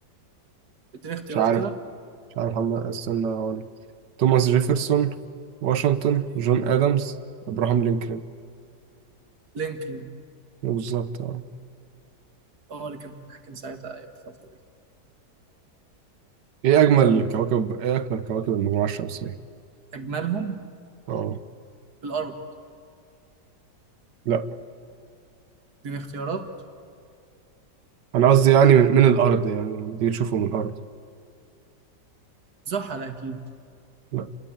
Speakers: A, on the right; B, on the right.
A: اديني اختيارات
B: مش عارف
A: كده
B: مش عارف هم استنى أقول توماس جيفرسون واشنطن
A: أيوة.
B: جون آدمز إبراهام لينكولن
A: لينكولن
B: بالظبط اه
A: اه اللي كان حاكم ساعتها ايوه الفترة دي
B: إيه أجمل
A: كمل
B: كواكب إيه أجمل كواكب المجموعة الشمسية
A: اجملهم
B: اه
A: في الارض
B: لا
A: اديني اختيارات
B: أنا قصدي يعني من, من الأرض يعني لما تيجي تشوفه من الأرض
A: زحل اكيد
B: لا